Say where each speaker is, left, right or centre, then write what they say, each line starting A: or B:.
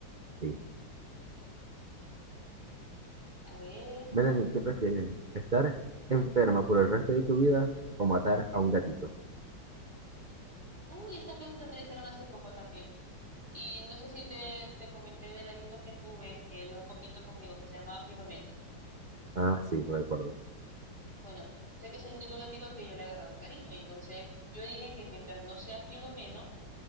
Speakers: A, on the right; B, on the right.
A: Sí.
B: A ver.
A: Melanie, ¿qué prefieres? ¿Estar enferma por el resto de tu vida o matar a un gatito?
B: Uy, esta pregunta me la hicieron hace poco también. Y no sé si te, te comenté del gatito que tuve, que duró poquito conmigo, que se llamaba Filomeno.
A: Ah, sí, lo recuerdo.
B: Bueno, sé que ese es el único gatito al que yo le he agarrado cariño. Y entonces yo dije que mientras no sea Filomeno,